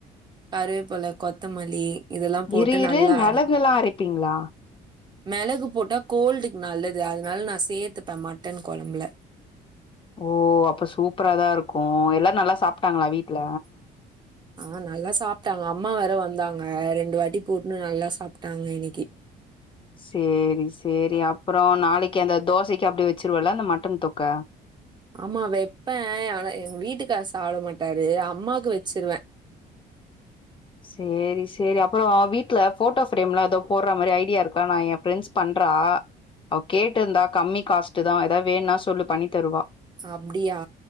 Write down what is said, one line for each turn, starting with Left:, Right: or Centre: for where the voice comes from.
Right: கருவேப்பல கொத்தமல்லி இதெல்லாம் போட்டு
Left: இருஇரு
Right: நல்லா
Left: மெளகுல்லா
Right: அரை
Left: அரைப்பீங்களா
Right: மெளகு போட்டா கோல்டுக்கு நல்லது அதனால நா சேத்துப்ப மட்டன் கொழம்புல
Left: ஓ அப்ப சூப்பரா தா இருக்கு எல்லா நல்லா சாப்ட்டாங்களா வீட்ல
Right: ஆ நல்லா சாப்ட்டாங்க அம்மா வேர வந்தாங்க ரெண்டு வாட்டி போட்டுன்னு நல்லா சாப்ட்டாங்க இன்னிக்கு
Left: சேரி சேரி அப்புறோ நாளைக்கு அந்த தோசைக்கு அப்டே வச்சுருவல அந்த மட்டன் தொக்க
Right: ஆமா வெப்பே ஆனா எங்க வீட்டு கார் சாப்ட மாட்டாரு அம்மாக்கு வெச்சிருவே
Left: சேரி சேரி அப்றோ வீட்ல ஃபோட்டோ ஃப்ரேம்லா எதோ போட்ற மாரி ஐடியா இருக்கா நா எ ஃப்ரெண்ட்ஸ் பண்றா அவ கேட்டுருந்தா கம்மி காஸ்ட்டு தா எதா வேண்ணா சொல்லு பண்ணி தருவா
Right: அப்டியா